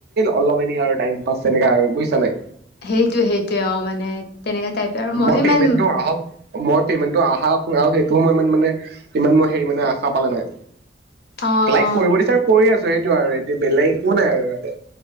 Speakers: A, on the right; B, on the left.
A: অলপ এনে টাইমপাছ তেনেকা আৰু বুজিছা নাই
B: সেইটোৱে সেইটোৱে অ মানে তেনেকা টাইপে আৰু ময়ো
A: মই
B: ইমান
A: পেমেন্টটো আহক মই পেমেণ্টটো আহা কৰাও সেইটো মই ইমান মানে ইমান মই হেৰি মানে আশা পালা নাই
B: অ অ
A: লাইক কৰিব
B: সেইটোৱে
A: দিছোৰ কৰি আছো সেইটো আৰু এতিয়া বেলেগ একো নাই আৰু ইয়াতে